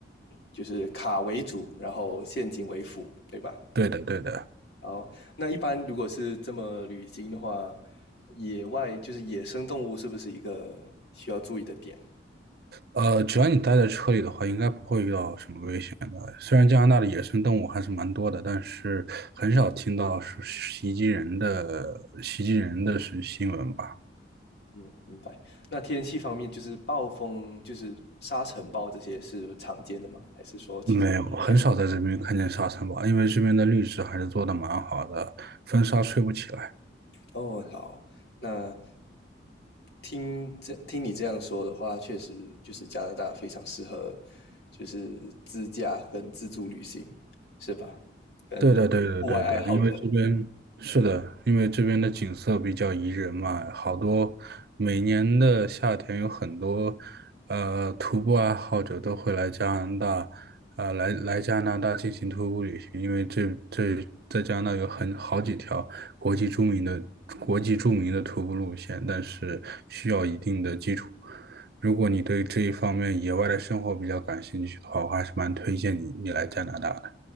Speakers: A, on the left; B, on the right.
A: 就是卡为主，然后现金为辅，对吧？
B: 对的，对的。
A: 好，那一般如果是这么旅行的话，野外就是野生动物是不是一个需要注意的点？
B: 呃，只要你待在车里的话，应该不会遇到什么危险的。虽然加拿大的野生动物还是蛮多的，但是很少听到是袭击人的袭击人的是新闻吧？
A: 嗯，明白。那天气方面，就是暴风，就是沙尘暴这些是常见的吗？还是说其实不太？
B: 没有，很少在这边看见沙尘暴，因为这边的绿植还是做的蛮好的，风沙吹不起来。
A: 哦，好，那听这听你这样说的话，确实就是加拿大非常适合，就是自驾跟自助旅行，是吧？跟户外爱好者。
B: 对的，对的，对的，因为这边是的，因为这边的景色比较宜人嘛，好多每年的夏天有很多呃徒步爱好者都会来加拿大，呃来来加拿大进行徒步旅行，因为这这在加拿大有很好几条国际著名的国际著名的徒步路线，但是需要一定的基础。如果你对这一方面野外的生活比较感兴趣的话，我还是蛮推荐你你来加拿大的。